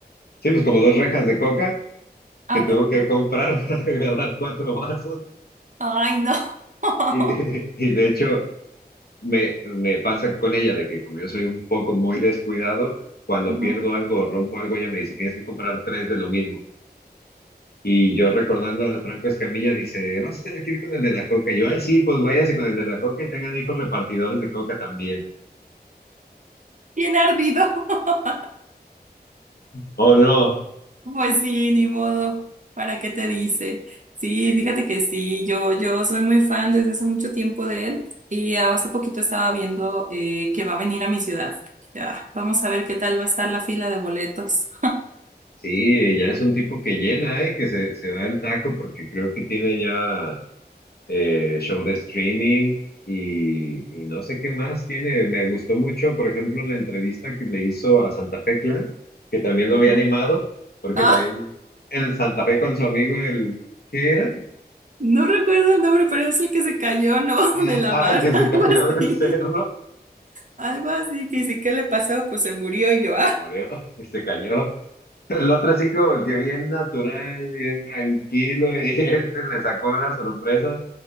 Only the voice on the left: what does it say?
Sí, pues como dos rejas de coca
que tuvo
que comprar <laughs> para agarrar cuatro vasos.
Y, <laughs> y de hecho, me, me pasa con ella de que como yo soy un poco muy descuidado, cuando
pierdo algo o rompo algo, ella me dice, tienes que comprar tres de lo mismo. Y yo recordando a Franco Escamilla, dice, vas a tener que ir con el de la coca. Y yo, ay, sí, pues váyase con el de la coca y tengan hijos repartidores de coca también.
¿O no?
Sí,
Sí, ya es un tipo que llena, ¿eh? Que se, se da el taco porque creo que tiene ya eh, show de streaming y, y no sé qué más tiene. Me gustó mucho, por ejemplo, la entrevista que le hizo a Santa Fe Clan, que también lo
había animado, porque
también el Santa Fe con su amigo, el, ¿qué era?
<laughs>
Ajá,
que se
cayó
del cerro,
o
se murió, <laughs> y se cayó, El otro así como que bien natural, bien tranquilo, <laughs> y este le sacó una sorpresa